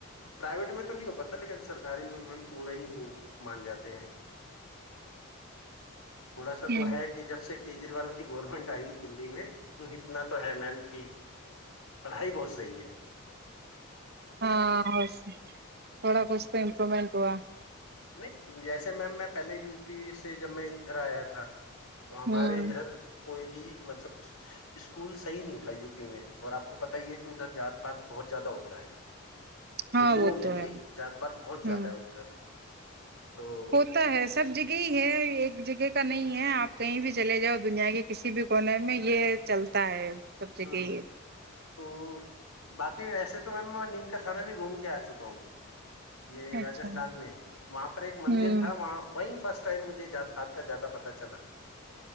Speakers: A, on the left; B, on the right.
A: پرائیویٹ میں تو نہیں ہو پاتا لیکن سرکاری میں میم پورا ہی وہ مان جاتے ہیں تھوڑا سا
B: ہوں
A: تو ہے کہ جب سے کیجریوال کی گورنمنٹ آئی دللی میں اتنا تو ہے میم کہ پڑھائی بہت صحیح ہے
B: ہاں بس تھوڑا کھ تو امپرومنٹ ہوا
A: نہیں جس اس میم میں پہلے یو پی سے جب میں ادھر آیا تھا تو ہمارے
B: ہوں
A: ادھر کوئی بھی مطلب اسکولول صح نہیں تھا یو پی میں اور آ کو پتا ت یہ ہے کہ ادھر جات پات بہت زیادہ ہوتا ہے
B: ہاں
A: ہندوؤں
B: وہ
A: میں
B: تو
A: بھی
B: ہے
A: جات پات بہت زیادہ
B: ہوں
A: ہے ادھر تو
B: ہوتا ہے سب جگہ ہی ہے ایک ایک جگہ کا نہیں ہے آپ کہیں بھی چلے جاؤ دنیا کے کسی بھی کونے میں یہ چلتا ہے سب جگہ
A: ہاں
B: ہی
A: تو باقی ویسے تو میم نیم کا تھانہ بھی گھوم کے آ چکا ہوں گا یہ
B: ہے اچھا
A: راستھان میں وہاں پر ایک مندر
B: ہوں
A: تھا وہاں وہیں فسٹ ٹائم مجھے جات پات کا زیادہ پتا چلا